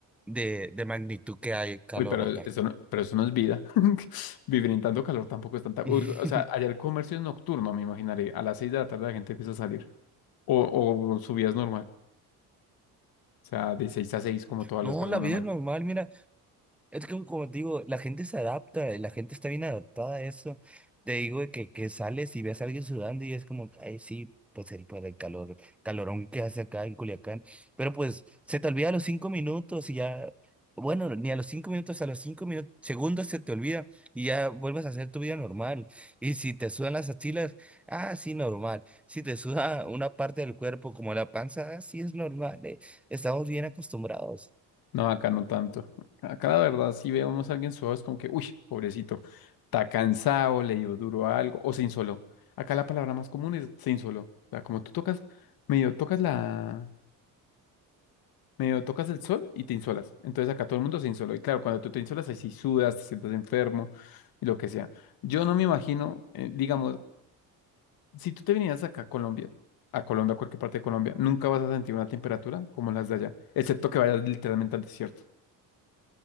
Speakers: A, in the centre; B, on the left.
A: de, de magnitud que hay calor
B: Uy, pero
A: acá.
B: eso no, pero eso no es vida. <laughs> Vivir en tanto calor tampoco es tanta.
A: <laughs>
B: uy, o sea, allá el comercio es nocturno, me imaginaré. A las seis de la tarde la gente empieza a salir. O, o su vida es normal. O sea, de seis a seis, como todas
A: No,
B: las personas
A: la vida
B: normales.
A: es normal, mira, es que como te digo, la gente se adapta, eh, la gente está bien adaptada a eso. Te digo de que, que sales y ves a alguien sudando y es como, ay, sí, pues el, por el calor, calorón que hace acá en Culiacán. Pero pues se te olvida a los cinco minutos y ya, bueno, ni a los cinco minutos, a los cinco minutos, segundos se te olvida y ya vuelves a hacer tu vida normal. Y si te sudan las axilas, ah, sí, normal. Si te suda una parte del cuerpo como la panza, ah, sí, es normal, eh, Estamos bien acostumbrados.
B: No, acá no tanto. Acá la verdad, si vemos a alguien suave, es como que, uy, pobrecito, está cansado, le dio duro a algo, o se insoló. Acá la palabra más común es se insoló. O sea, como tú tocas, medio tocas la medio tocas el sol y te insolas. Entonces acá todo el mundo se insoló. Y claro, cuando tú te insolas, ahí sí sudas, te sientes enfermo y lo que sea. Yo no me imagino, eh, digamos, si tú te vinieras acá a Colombia, a Colombia, a cualquier parte de Colombia, nunca vas a sentir una temperatura como las de allá, excepto que vayas literalmente al desierto,